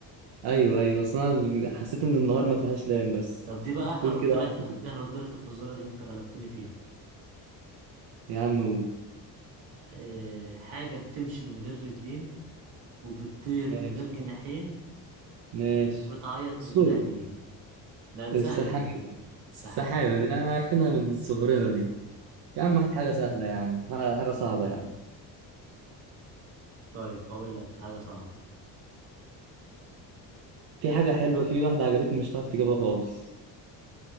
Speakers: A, on the right (about 55°); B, on the right (about 75°).
A: ايوه ايوه بس انا حسيت ان النهار ما فيهاش لام بس
B: طب دي بقى هرد
A: قول كده واحدة
B: لك
A: كده
B: ده هرد لك الفزورة اللي أنت غلبتني فيها
A: يا عم قول.
B: أه... حاجة بتمشي من غير رجلين وبتطير
A: ماشي
B: من غير جناحين
A: ماشي
B: وبتعيط
A: الصوت
B: من غير عينين لا دي
A: السحابة
B: سهلة دي يا عم السحاب
A: السحابة دي انا عارفينها من صغرنا دي يا عم هات حاجة سهلة يا عم ح- حاجة صعبة يا عم
B: طيب هقول لك حاجة صعبة
A: في حاجة حلوة في واحدة عجبتني مش هتعرف تجيبها خالص